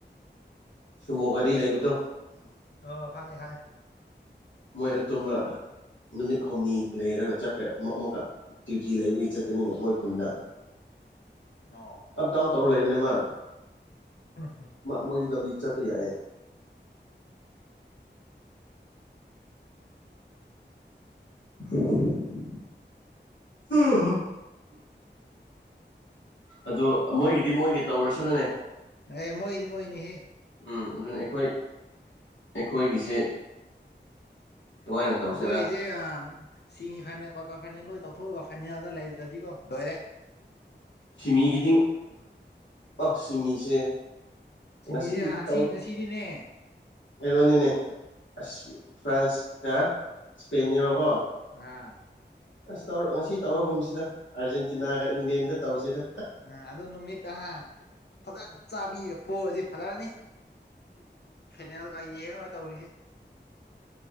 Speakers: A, on the left; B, on the left.
A: ꯁꯨꯃꯣ ꯒꯔꯤ ꯂꯩꯕꯗꯣ
B: ꯑꯣ ꯈꯪꯉꯦ ꯈꯪꯉꯦ
A: ꯃꯣꯏꯅ ꯇꯨꯝꯕ ꯅꯨꯃꯤꯠ ꯍꯨꯝꯅꯤ ꯂꯩꯔꯒ ꯆꯠꯈ꯭ꯔꯦ ꯑꯃꯨꯛ ꯑꯃꯨꯛꯀ ꯗ꯭ꯌꯨꯇꯤ ꯂꯩꯕꯒꯤ ꯆꯠꯄꯅꯤꯅꯦ ꯃꯣꯏ ꯈꯨꯟꯗ
B: ꯑ
A: ꯑꯞ ꯗꯥꯎꯟ ꯇꯧꯔ ꯂꯩꯕꯅꯤꯃ
B: ꯍꯝ ꯍꯝ
A: ꯃꯣꯏꯗꯤ ꯂꯝꯕꯤ ꯆꯠꯄ ꯌꯥꯏꯑꯦ ꯑꯣ ꯍꯝ ꯑꯗꯣ ꯃꯣꯏꯒꯤꯗꯤ ꯃꯣꯏꯒꯤ ꯇꯧꯔꯁꯅꯨꯅꯦ
B: ꯑꯦ ꯃꯣꯏꯗꯤ ꯃꯣꯍꯤꯅꯤ ꯍꯦ
A: ꯎꯝ ꯑꯗꯨꯅ ꯑꯩꯈꯣꯏ ꯑꯩꯈꯣꯏꯒꯤꯁꯦ ꯀꯃꯥꯏꯅ ꯇꯧꯁꯤꯔꯥ
B: ꯑꯩꯈꯣꯏ ꯏꯁꯦ ꯁꯤꯦꯃꯤ ꯐꯥꯏꯅꯦꯜ ꯀ꯭ꯋꯥꯇꯔ ꯐꯥꯏꯅꯦꯜ ꯂꯣꯏ ꯇꯧꯊꯣꯛꯑꯒ ꯐꯥꯏꯅꯦꯜꯗ ꯂꯩꯗ꯭ꯔꯗꯤꯀꯣ ꯂꯣꯏꯔꯦ
A: ꯁꯤꯃꯤꯒꯤꯗꯤꯡ ꯑꯣ ꯁꯤꯃꯤꯁꯦ
B: ꯁꯤꯃꯤꯁꯦ
A: ꯉꯁꯤꯒꯤꯗꯤ ꯇꯧ
B: ꯁꯤ ꯉꯁꯤꯗꯤꯅꯦ
A: ꯀꯩꯅꯣꯅꯤꯅꯦ ꯑꯁ ꯐ꯭ꯔꯥꯟꯁꯀ ꯏꯁꯄꯦꯦꯕꯀꯣ
B: ꯑꯥ
A: ꯑꯁ ꯇꯧꯔ ꯉꯁꯤ ꯇꯧꯔꯒꯨꯝꯁꯤꯗ ꯑꯥꯔꯖꯦꯟꯇꯤꯅꯥꯒ ꯏꯪꯂꯦꯟꯗ ꯇꯧꯁꯤꯗ
B: ꯎꯝ ꯑꯗꯨ ꯅꯨꯃꯤꯠꯇ ꯐꯖꯅ ꯆꯥꯕꯤꯒ ꯄꯣꯛꯑꯗꯤ ꯐꯖꯔꯅꯤ ꯐꯦꯅꯦꯜꯒ ꯌꯦꯡꯔꯣꯏ ꯇꯧꯔꯤꯁꯤ